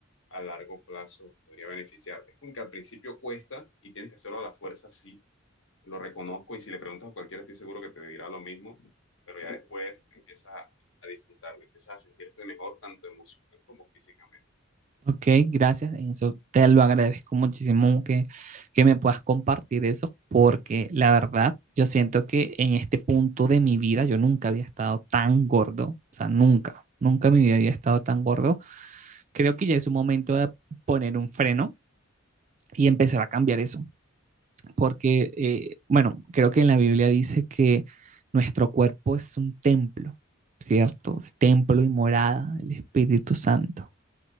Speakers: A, on the left (about 65°); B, on the right (about 35°).
A: a largo plazo podría beneficiarte. Es como que al principio cuesta y tienes que hacerlo a la fuerza, sí, lo reconozco y si le preguntas a cualquiera estoy seguro que te dirá lo mismo, pero ya después empiezas a, a disfrutarlo, empiezas a sentirte mejor tanto emocional como físicamente.
B: Ok, gracias. En eso te lo agradezco muchísimo que, que me puedas compartir eso, porque la verdad, yo siento que en este punto de mi vida yo nunca había estado tan gordo, o sea, nunca, nunca en mi vida había estado tan gordo. Creo que ya es un momento de poner un freno y empezar a cambiar eso, porque, eh, bueno, creo que en la Biblia dice que nuestro cuerpo es un templo, ¿cierto? Es templo y morada del Espíritu Santo.